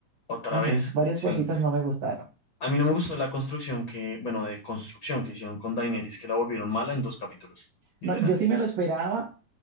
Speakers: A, on the left; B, on the right.
A: Otra
B: no
A: vez,
B: sé, varias
A: sí.
B: cositas no me gustaron.
A: A mí no me gustó la construcción que, bueno, de construcción que hicieron con Daenerys, que la volvieron mala en dos capítulos, literal.
B: No, yo sí me lo esperaba,